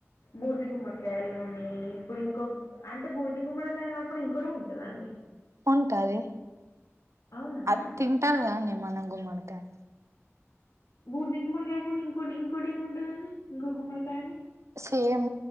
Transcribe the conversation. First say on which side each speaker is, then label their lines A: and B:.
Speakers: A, on the left; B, on the right.
A: బూర్ది గుమ్మడికాయల నూనె ఇప్పుడు ఇంకో అంటే బూర్ది గుమ్మడికాయ కాకుండా ఇంకోటి కూడా ఉంటదండి
B: ఉంటది
A: అవునా
B: అది తింటారు గదండి మన గుమ్మడికాయ్
A: బూర్ది గుమ్మడికాయ కాకుండా ఇంకోటి ఇంకోటి ఏమి ఉంటదండినిశ ఇంకో గుమ్మడికాయని
B: సేమ్